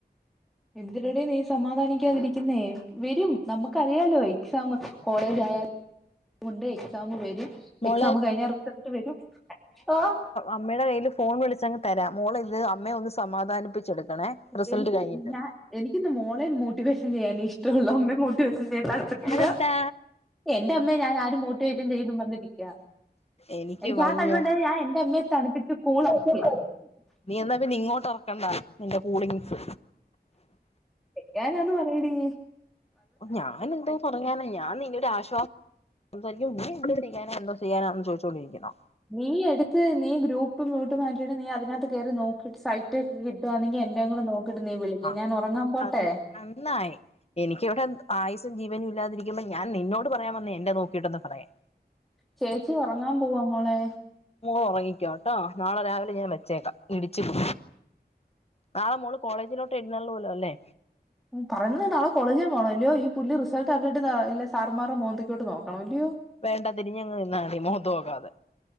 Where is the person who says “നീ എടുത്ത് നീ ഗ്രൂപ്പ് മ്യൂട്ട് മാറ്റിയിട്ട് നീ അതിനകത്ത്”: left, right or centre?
Centre